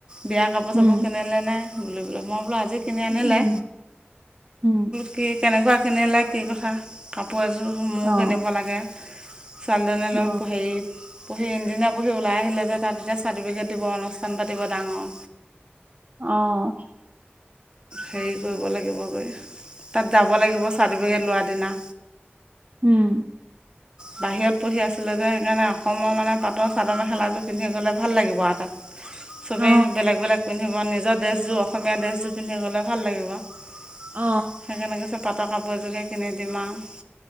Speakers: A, on the right (about 20°); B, on the right (about 40°).
A: বিয়া কাপোৰ
B: উম
A: চাপোৰ কিনিলে নে নাই বোলে মই বোলো আজি কিনি আনিলে
B: উম উম
A: কি কেনেকোৱা কিনিলে কি কথা কাপোৰ কাপোৰ এযোৰ মোৰ
B: অ
A: কিনিব লাগে ছোৱালীজনী লৈ
B: অ
A: হেৰি পঢ়ি ইঞ্জিনিয়াৰ পঢ়ি ওলাই আহিলে যে তাত এতিয়া চাৰ্টিফিকেট দিব অনুষ্ঠান পাতিব ডাঙৰ কে
B: অহ
A: হেৰি কৰিব লাগিব গৈ তাত যাব লাগিব চাৰ্টিফিকেট লোৱাৰ দিনা
B: উম
A: বাহিৰত পঢ়ি আছিলে যে সেইকাৰণে অসমৰ মানে পাটৰ চাদৰ মেখেলাযোৰ পিন্ধি গলে ভাল লাগিব আৰু তাত চবেই
B: অ
A: বেলেগ বেলেগ পিন্ধিব নিজৰ ড্ৰেছযোৰ অসমীয়া ড্ৰেছযোৰ পিন্ধি গ'লে ভাল লাগিব সেইকাৰণে
B: অ
A: কৈছে পাটৰ কাপোৰ এজোকে কিনি দিম আৰু